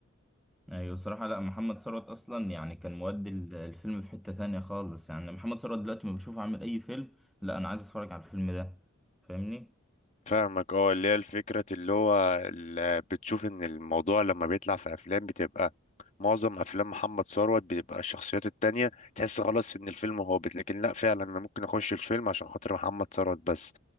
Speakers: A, in the centre; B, on the left.
A: ايوه الصراحة لا محمد ثروت اصلا يعني كان مودي ال- الفيلم في حتة تانية خالص يعني محمد ثروت دلوقتي ما بشوفه عامل اي فيلم لا انا عايز اتفرج على الفيلم ده فاهمني
B: فاهمك اه اللي هي الفكرة اللي هو ال- بتشوف ان الموضوع لما بيطلع في افلام بتبقى معظم افلام محمد ثروت بتبقى الشخصيات التانية تحس خلاص ان الفيلم هابط لكن لا فعلا انا ممكن اخش الفيلم عشان خاطر محمد ثروت بس